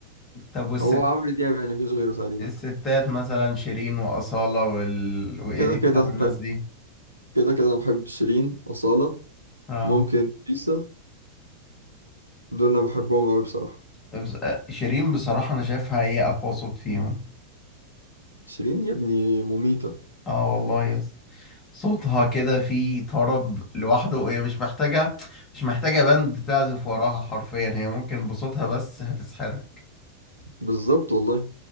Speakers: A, on the left (about 30°); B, on the right (about 80°).
A: طب والست
B: هو عمرو دياب يعني مفيش غيره تقريبا
A: الستات مثلا شيرين وأصالة وال... وإليسا
B: كده كده
A: والناس دي
B: كده كده أنا بحب شيرين أصالة
A: اه
B: ممكن ليسا دول أنا بحبهم أوي بصراحة
A: بس- آه، شيرين بصراحة أنا شايفها هي أقوى صوت فيهم
B: شيرين يا ابني مميتة
A: اه والله يس صوتها كده فيه طرب لوحده وهي مش محتاجة مش محتاجة باند تعزف وراها حرفيا هي ممكن بصوتها بس هتسحرك
B: بالظبط والله